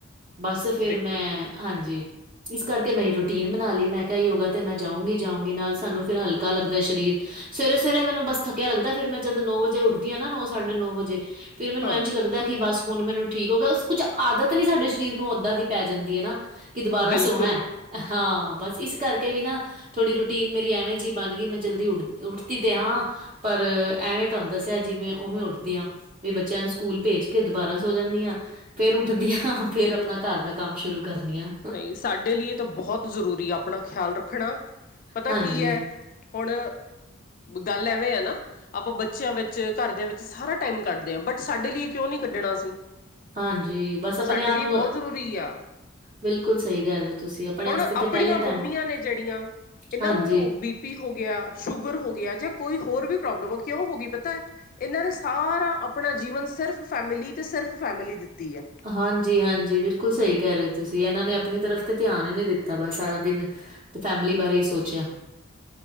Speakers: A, on the right; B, on the left.
A: ਬਸ ਫੇਰ
B: ਦੇਖੋ
A: ਮੈਂ ਹਾਂਜੀ ਇਸ ਕਰਕੇ ਮੈਂ ਰੂਟੀਨ ਬਣਾ ਲਈ ਮੈਂ ਕਿਹਾ ਯੋਗਾ ਤੇ ਮੈਂ ਜਾਊਂਗੀ ਜਾਊਂਗੀ ਨਾਲ ਸਾਨੂੰ ਫਿਰ ਹਲਕਾ ਲੱਗਦਾ ਸਰੀਰ ਸਵੇਰੇ ਸਵੇਰੇ ਮੈਨੂੰ ਬੱਸ ਥੱਕਿਆ ਲੱਗਦਾ ਫਿਰ ਮੈਂ ਜਦ ਨੌ ਵਜੇ ਉੱਠਦੀ ਆ ਨਾ ਨੌ ਸਾਡੇ ਨੌ ਵਜੇ ਫਿਰ ਮੈਨੂੰ
B: ਹਾਂ
A: ਇੰਝ ਲੱਗਦਾ ਬਸ ਹੁਣ ਮੈਨੂੰ ਠੀਕ ਹੋ ਗਿਆ ਕੁਛ ਆਦਤ ਵੀ ਸਾਡੇ ਸਰੀਰ ਨੂੰ ਓਦਾਂ ਦੀ ਪੈ ਜਾਂਦੀ ਹੈ ਨਾ ਕਿ ਦੁਬਾਰਾ
B: ਬਿਲਕੁਲ
A: ਸੋਨਾ ਹਾਂ ਬਸ ਇਸ ਕਰਕੇ ਵੀ ਨਾ ਥੋੜ੍ਹੀ ਰੂਟੀਨ ਮੇਰੀ ਐਵੇਂ ਜਿਹੀ ਬਣ ਗਈ ਮੈਂ ਜਲਦੀ ਉੱਡ ਉੱਠਦੀ ਤੇ ਹਾਂ ਪਰ ਐਵੇਂ ਤੁਹਾਨੂੰ ਦੱਸਿਆ ਜਿਵੇਂ ਉਵੇਂ ਉੱਠਦੀ ਆ ਵੀ ਬੱਚਿਆਂ ਨੂੰ ਸਕੂਲ ਭੇਜ ਕੇ ਦੁਬਾਰਾ ਸੋ ਜਾਂਦੀ ਹਾਂ ਫੇਰ ਉੱਠਦੀਆਂ ਫੇਰ ਆਪਣਾ ਘਰ ਦਾ ਕੰਮ ਸ਼ੁਰੂ ਕਰਨੀ ਆ
B: ਨਹੀਂ ਸਾਡੇ ਲਈ ਬਹੁਤ ਜ਼ਰੂਰੀ ਆਪਣਾ ਖਿਆਲ ਰੱਖਣਾ ਪਤਾ
A: ਹਾਂਜੀ
B: ਕੀ ਐ ਹੁਣ ਗੱਲ ਐਵੇਂ ਆ ਨਾ ਆਪਾਂ ਬੱਚਿਆਂ ਵਿੱਚ ਘਰਦਿਆਂ ਵਿੱਚ ਸਾਰਾ ਟਾਈਮ ਕੱਢਦੇ ਹਾਂ ਬਟ ਸਾਡੇ ਲਈ ਕਿਉਂ ਨੀ ਕੱਢਣਾ ਅਸੀਂ
A: ਹਾਂਜੀ ਬਸ ਆਪਣੇ
B: ਸਾਡੇ
A: ਆਪ
B: ਲਈ
A: ਨੂੰ
B: ਬਹੁਤ ਜ਼ਰੂਰੀ ਆ
A: ਬਿਲਕੁਲ ਸਹੀ ਕਹਿ ਰਹੇ ਹੋ ਤੁਸੀਂ ਆਪਣੇ
B: ਹੁਣ
A: ਵਾਸਤੇ
B: ਆਪਣੀਆਂ
A: ਤੇ ਪਹਿਲੇ
B: ਮੰਮੀਆਂ
A: ਟਾਈਮ
B: ਨੇ ਜਿਹੜੀਆਂ ਇਹਨਾਂ
A: ਹਾਂਜੀ
B: ਨੂੰ ਬੀ ਪੀ ਹੋ ਗਿਆ ਸ਼ੂਗਰ ਹੋ ਗਿਆ ਜਾਂ ਕੋਈ ਹੋਰ ਵੀ ਪ੍ਰੋਬਲਮ ਆ ਕਿਉਂ ਹੋ ਗਈ ਪਤਾ ਇਹਨਾਂ ਨੇ ਸਾਰਾ ਆਪਣਾ ਜੀਵਨ ਸਿਰਫ ਫੈਮਿਲੀ ਤੇ ਸਿਰਫ ਫੈਮਿਲੀ ਦਿੱਤੀ ਹੈ
A: ਹਾਂਜੀ ਹਾਂਜੀ ਬਿਲਕੁਲ ਸਹੀ ਕਹਿ ਰਹੇ ਹੋ ਤੁਸੀਂ ਇਹਨਾਂ ਨੇ ਆਪਣੀ ਤਰਫ ਤੇ ਧਿਆਨ ਹੀ ਨਹੀਂੀ ਦਿੱਤਾ ਬ ਸਾਰਾ ਦਿਨ ਤੇ ਫੈਮਿਲੀ ਬਾਰੇ ਹੀ ਸੋਚਿਆ